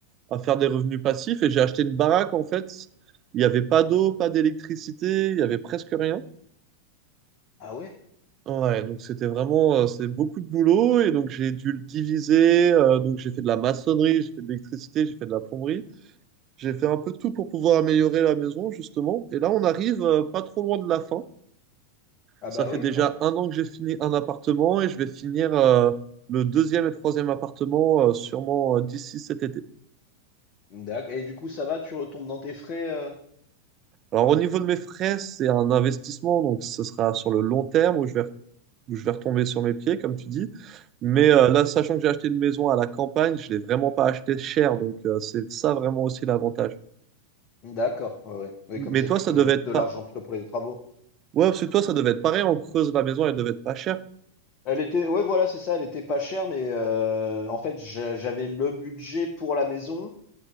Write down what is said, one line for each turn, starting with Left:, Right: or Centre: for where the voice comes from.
Right: à, à faire des revenus passifs. Et j'ai acheté une baraque, en fait, il n'y avait pas d'eau, pas d'électricité, il y avait presque rien.
Left: Ah ouais?
Right: Ouais, donc c'était vraiment, euh, c'est beaucoup de boulot et donc j'ai dû le diviser. euh, donc j'ai fait de la maçonnerie, j'ai fait de l'électricité, j'ai fait de la plomberie. J'ai fait un peu de tout pour pouvoir améliorer la maison, justement. Et là, on arrive euh, pas trop loin de la fin.
Left: Ah
Right: Ça
Left: bah
Right: fait
Left: oui,
Right: déjà
Left: ouais.
Right: un an que j'ai fini un appartement et je vais finir euh, le deuxième et troisième appartement euh, sûrement euh, d'ici cet été.
Left: D'accord. Et du coup, ça va, tu retombes dans tes frais. euh.
Right: Alors au niveau de mes frais, c'est un investissement, donc ce sera sur le long terme où je vais où je vais retomber sur mes pieds, comme tu dis. Mais
Left: Mhm.
Right: euh, là, sachant que j'ai acheté une maison à la campagne, je l'ai vraiment pas acheté cher. Donc, euh, c'est ça vraiment aussi l'avantage.
Left: D'accord. Ouais, ouais. Oui,
Right: Mais
Left: comme ça,
Right: toi,
Left: tu
Right: ça
Left: peux
Right: devait
Left: mettre
Right: être
Left: de
Right: pas.
Left: l'argent plutôt pour les travaux.
Right: Ouais, parce que toi, ça devait être pareil. On creuse la maison, elle devait être pas chère.
Left: Elle était, ouais, voilà, c'est ça. Elle était pas chère, mais euh, en fait, j'a- j'avais le budget pour la maison